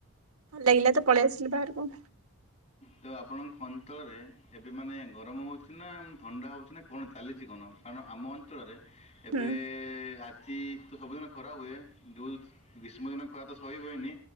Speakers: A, on the right (about 85°); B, on the left (about 35°).
A: ଲାଗିଲା ତ ପଳେଇ ଆସିଲି ବାହାର କୁ।
B: ତ ଆପଣଙ୍କ ଅଞ୍ଚଳରେ ଏବେ ମାନେ ଗରମ ହଉଛି ନା ଥଣ୍ଡା ହଉଛି ନା କଣ ଚାଲିଛି କଣ କାରଣ ଆମ ଅଞ୍ଚଳରେ ଏବେ
A: ହୁଁ
B: ଆଜି ତ ସବୁଦିନ ଖୋରା ହୁଏ ଦୁଧ ଗ୍ରୀଷ୍ମ ଦିନ ଖୁଆ ତ ସହି ହୁଏନି